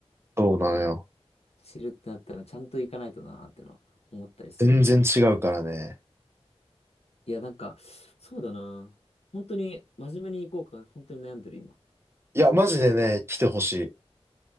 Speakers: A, on the right (about 25°); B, on the left (about 70°).
A: そうなのよ。
B: 知るってなったらちゃんと行かないとなーってのは思ったりするな。
A: 全然違うからね。
B: いや、なんか、そうだな。本当に真面目に行こうか、本当に悩んでる今。
A: いや、マジでね、来てほしい。